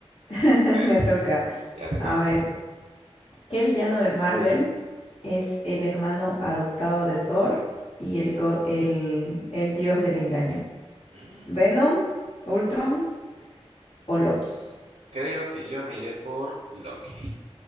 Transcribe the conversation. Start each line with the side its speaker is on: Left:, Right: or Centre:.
Left: <laughs>
Right: Eh,
Left: me toca.
Right: ya te
Left: A
Right: toca.
Left: ver, ¿qué villano de Marvel es el hermano adoptado de Thor y el, go- el, el dios del engaño?
Right: Mm,
Left: ¿Venom, Ultron o Loki?
Right: creo que yo me iré por Loki.